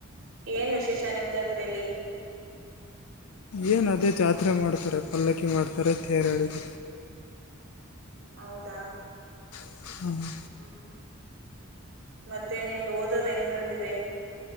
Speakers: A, on the right; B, on the left.
A: ಏನ್ ವಿಶೇಷ ನಿಮ್ ಜಾತ್ರಲಿ
B: ಏನ ಅದೇ ಜಾತ್ರೆ ಮಾಡ್ತಾರೆ ಪಲ್ಲಕ್ಕಿ ಮಾಡ್ತಾರೆ ಥೇರ್ ಹೇಳಿದ
A: ಹೌದಾ
B: ಹ್ಮ
A: ಹ್ಮ ಮತ್ತೆ ನಿಮ ಓದೋದ್ ಹೆಂಗ್ ನಡ್ದಿದೆ